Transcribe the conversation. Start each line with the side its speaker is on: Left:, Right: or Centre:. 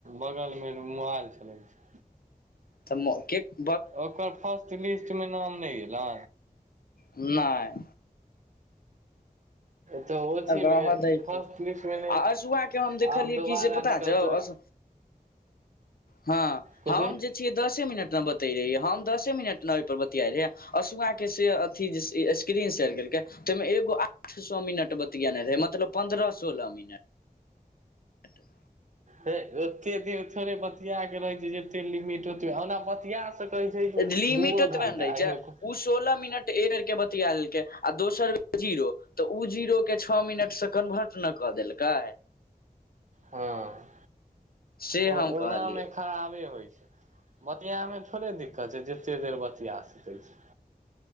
Right: बगल मे मोबाइल चलय छै
Left: तथ कक <inaudible>
Right: ओकर फर्स्ट लिस्ट में नाम नहि एलै
Left: नइ
Right: तऽ ओथीमे
Left: आ रहअ दही
Right: फर्स्ट
Left: के
Right: लिस्टमे नहि
Left: आ अशुआके हम देखलियै
Right: आब दोबारा
Left: कि से पता
Right: निकलतै
Left: छौ अस हाँ
Right: कथी
Left: हम जे छिए दसे मिनट न बतै रहियै हम दसे मिनट न ओहिपर बतियाइ रहयै अशुआ के से अथी स्क्रीन सेेयर केलकय त ओहिमे एगो आठ सए मिनट बतिएलकय तियै नय रहे मतलब पन्द्रह सोलह मिनट ट
Right: हे ओते देर थोड़े बतिया के रहे छै जते लिमिट ओते ओना बतिया सकै छै
Left: लिमिट
Right: दूओ
Left: एतबे
Right: घंटा
Left: ने रहे
Right: अहिमे
Left: छै उ
Right: कुन
Left: सोलह मिनट ऐरर के बतिया लेलकै आ दोसर बेर जीरो तऽ ओ जीरो के छौ मिनट से कन्वर्ट न कऽ देलकै
Right: हँ
Left: से
Right: ओ
Left: हम
Right: ओनामे
Left: कहलियै
Right: खराबे होइ छै बतियामे थोड़े दिक्कत छै जते देर बतिआ सकै छी